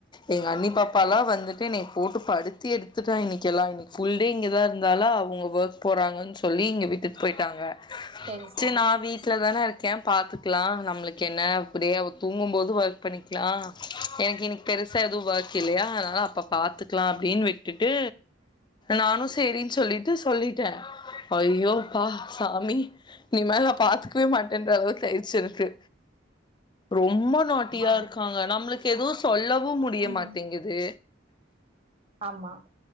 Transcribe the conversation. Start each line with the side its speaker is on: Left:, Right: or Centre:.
Left: எங்க அண்ணி பாப்பால்லா வந்துட் தென்னைய போட்டு படுத்தி எடுத்துட்டா இன்னிக்கி எல்லா இன்னிக்கி ஃபுல் டே இங்கதா இருந்தாலா அவங்க வர்க் போறாங்கன் ஸ் வீங்க விட்டுட் போயிட்டாங்க.
Right: செரி செரி
Left: சரி நா வீட்ல தானே இருக் க்கே பாத்துக்குலா நம்மளுக்கு என்ன அப்டியே அவ தூங்கும்போது வர்க் பண்ணிக்குலா எனக்கு இன்னிக்கு பெருசா எதுவும் வர்க் இல்லையா அதனால அப்ப பாத்துக்கலா அப்டின்னு விட்டுட்டு நானும் சேரின் சொல்லிட்டு சொல்லிட்டே. ஐயோப்பா சாமி இனி மேல பாத்துக்கவே மாட் இந்த அளவுக்கு ஆயிருச்சு எனக்கு. ரொ ம்ப நாட்டியா
Right: ஆ
Left: இருக்காங்க நம்மளுக் எதோ சொல்ல துவும் முடிய
Right: ம்
Left: மாட்டேங்குது.
Right: ஆமா